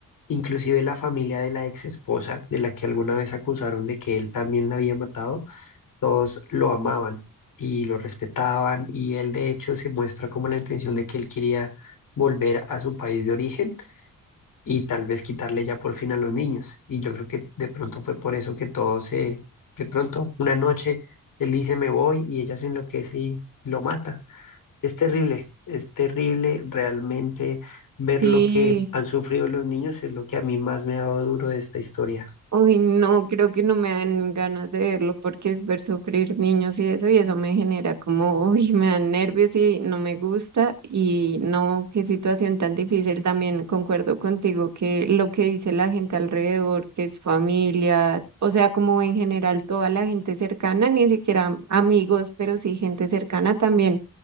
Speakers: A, on the left; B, on the right.
A: inclusive la familia de la ex esposa, de la que alguna vez acusaron de que él también la había matado, todos lo amaban y lo respetaban y él de hecho se muestra como la intención de que él quería volver a su país de origen y tal vez quitarle ya por fin a los niños. Y yo creo que de pronto fue por eso que todo se, de pronto, una noche, él dice me voy y ella se enloquece y lo mata. Es terrible, es terrible realmente ver
B: Sí,
A: lo que han sufrido los niños, es lo que a mí más me ha dado duro de esta historia.
B: Uy, no, creo que no me dan ganas de verlo porque es ver sufrir niños y eso, y eso me genera como, <laughs> uy, me dan nervios y no me gusta, y no, qué situación tan difícil. También concuerdo contigo que lo que dice la gente alrededor, que es familia, o sea, como en general toda la gente cercana, ni siquiera amigos, pero sí gente cercana también